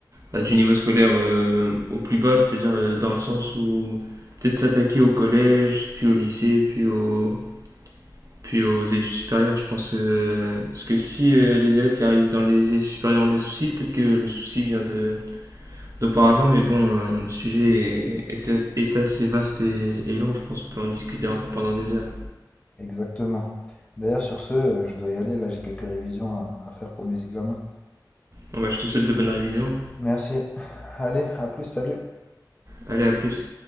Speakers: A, on the right; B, on the left.
A: bah, du niveau scolaire euh, au plus bas, c'est-à-dire euh, dans le sens où peut-être s'attaquer au collège, puis au lycée, puis, au, puis aux études supérieures. Je pense que, euh, parce que si euh, les élèves qui arrivent dans les études supérieures ont des soucis, peut-être que le souci vient de, d'auparavant, mais bon, euh, le sujet est, est- est assez vaste et, et long, je pense qu'on peut en discuter encore pendant des heures.
B: Exactement. D'ailleurs, sur ce, euh, je dois y aller, là j'ai quelques révisions à à faire pour mes examens.
A: Bon, bah, je te souhaite de bonnes révisions
B: Merci. Allez, à plus, salut.
A: Allez, à plus.